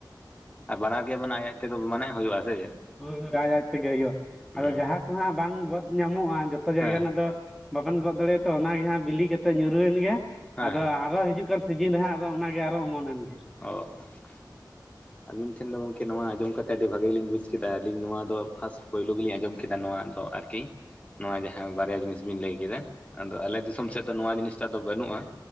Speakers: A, on the left (about 20°); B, in the centre.
A: ᱟᱨ ᱵᱟᱱᱟᱨ ᱜᱮ ᱢᱟᱱᱮ ᱟᱡ ᱟᱡᱛᱮ ᱛᱮᱫᱚ ᱢᱟᱱᱮ ᱦᱩᱭᱩᱜᱼᱟ ᱥᱮ?
B: ᱦᱳᱭ ᱦᱳᱭ ᱟᱡ ᱟᱡᱛᱮᱜᱮ ᱦᱩᱭᱩᱜᱼᱟ
A: ᱦᱩᱸ
B: ᱟᱫᱚ ᱡᱟᱦᱟᱸ ᱠᱚᱦᱟᱸᱜ ᱵᱟᱝ ᱜᱚᱫ ᱧᱟᱢᱚᱜᱼᱟ ᱡᱚᱛᱚ ᱡᱟᱭᱜᱟ
A: ᱦᱮᱸ
B: ᱨᱮᱱᱟᱜ ᱫᱚ ᱵᱟᱵᱮᱱ ᱜᱚᱜ ᱫᱟᱲᱮᱭᱟᱛᱚ ᱚᱱᱟᱜᱮ ᱦᱟᱸᱜ ᱵᱤᱞᱤ ᱠᱟᱛᱮᱜ ᱧᱩᱨᱦᱟᱹᱭᱮᱱ ᱜᱮᱭᱟ
A: ᱦᱮᱸ
B: ᱟᱫᱚ
A: ᱦᱮᱸ
B: ᱟᱨᱚ ᱦᱤᱡᱩᱜ ᱠᱟᱱ ᱥᱤᱡᱤᱱ ᱨᱮᱦᱟᱸᱜ ᱟᱫᱚ ᱚᱱᱟᱜᱮ ᱟᱨᱚ ᱚᱢᱚᱱᱮᱱ, ᱜᱤ
A: ᱚ
B: <inaudible>
A: ᱟᱵᱤᱱ ᱴᱷᱮᱱ ᱫᱚ ᱜᱚᱝᱠᱮ ᱱᱚᱣᱟ ᱟᱸᱡᱚᱢ ᱠᱟᱛᱮᱫ ᱟᱹᱰᱤ ᱵᱷᱟᱜᱮ ᱜᱮᱞᱤᱧ ᱵᱩᱡᱽ ᱠᱮᱫᱟ ᱟᱹᱞᱤᱧ ᱱᱚᱶᱟ ᱫᱚ ᱯᱷᱟᱥᱴ ᱯᱳᱭᱞᱳ ᱜᱮᱞᱤᱧ ᱟᱸᱚᱢ ᱠᱮᱫᱟ ᱱᱚᱶᱟ ᱫᱚ ᱟᱨᱠᱤ ᱠᱤᱝ ᱱᱚᱣᱟ ᱡᱟᱦᱟᱸ ᱵᱟᱨᱭᱟ ᱡᱤᱱᱤᱥ ᱵᱤᱱ ᱞᱟᱹᱭ ᱠᱮᱫᱟ ᱟᱫᱚ ᱟᱞᱮ ᱫᱤᱥᱚᱢ ᱥᱮᱫ ᱫᱚ ᱱᱚᱣᱟ ᱡᱤᱱᱤᱥᱴᱟᱜ ᱫᱚ ᱵᱟᱹᱱᱩᱜᱼᱟ